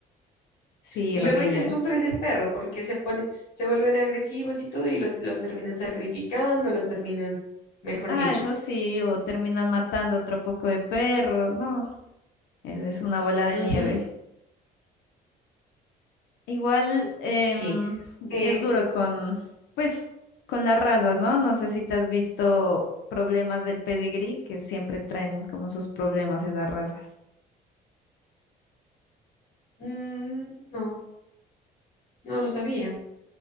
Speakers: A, on the left; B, on the left.
A: Sí,
B: Y
A: horrible.
B: luego el que sufre es el perro, porque se pone, se vuelven agresivos y todo, y lo- los terminan sacrificando, los terminan, mejor
A: Ah,
B: dicho.
A: eso sí, o terminan matando otro poco de perros, ¿no? Eso es una bola de
B: Ujú,
A: nieve. Igual em,
B: sí. Eh,
A: es duro con, pues, con las razas, ¿no? No sé si te has visto problemas del pedigrí, que siempre traen como sus problemas esas razas.
B: mm, no, no lo sabía.